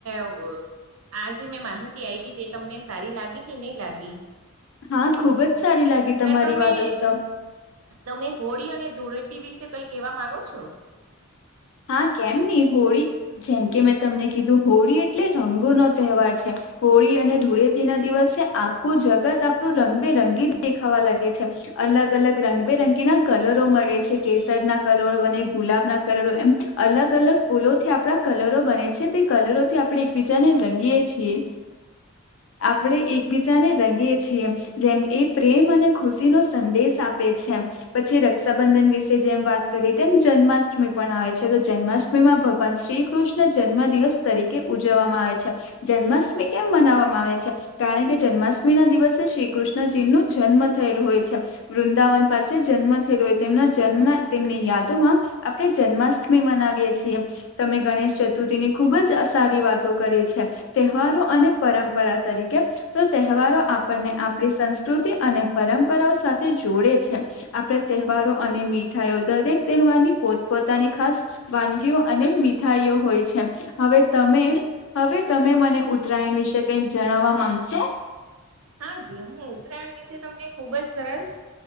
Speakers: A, on the right; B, on the left.
A: અહ આજ મેં માહિતી આપી તે તમને સારી લાગી કે નહી લાગી?
B: હા, ખુબ જ સારી લાગી તમારી
A: ને તમે
B: વાતો તો.
A: તમે હોળી અને ધૂળેટી વિશે કઈ કહેવા માંગો છો?
B: હા, કેમ નહી હોળી જેમ કે મેં તમને કીધું હોળી એટલે રંગો નો તહેવાર છે. હોળી અને ધૂળેથી ના દિવસે આખું જગત આપણું રંગબેરંગી જ દેખાવા લાગે છે. અલગ અલગ રંગબેરંગીના કલરો મળે છે કેસરના કલરો બને ગુલાબના કલરો એમ અલગ અલગ ફૂલોથી આપણા કલરો બને છે તે કલરોથી આપણે એકબીજાને રંગીએ છીએ.
A: હ
B: આપણે એકબીજાને રંગીએ છીએ. જેમ એ પ્રેમ અને ખુશી નો સંદેશ આપ આપે છે એમ. પછી રક્ષાબંધન વિશે જેમ વાત કરી તેમ જન્માષ્ટમી પણ આવે છે. તો તો જન્માષ્ટમીમાં ભગવાન શ્રીકૃષ્ણ જન્મ દિવસ તરીકે ઉજવવામાં આવે છે. જન્માષ્ટમી કેમ મનાવવામાં આવે છે? કાળકે જન્માષ્ટમી ના દિવસે શ્રી કૃષ્ણજી નું જન્મ થયેલું હોય છે. વૃંદાવન પાસે જન્મ થયેલો હોય, તેમના જન્મ તેમની યાદોમાં આપણે જન્મા ષ્ટમી મનાવીએ છીએ. તમે ગણેશ ચતુર્થી ની ખુબ જ સારી વાતો કરી છે. તેહવારો અને પરંપરા તરીકે તો તેહવારો આપણને આપણી સંસ્કૃતિ અને પરંપરાઓ સાથે જોડે છે. આપણે તેહ વારો અને મીઠાઈઓ દરેક તેહવાર ની પોત પોતાની ખાસ વાનગીઓ અને મીઠાઈઓ હોય છે. હવે તમે હવે તમે મને ઉત્તરાયણ વિશે કઈક જણાવવા માંગશે?
A: હ હા જી હું ઉત્તરાયણ વિશે તમને ખુબ જ સરસ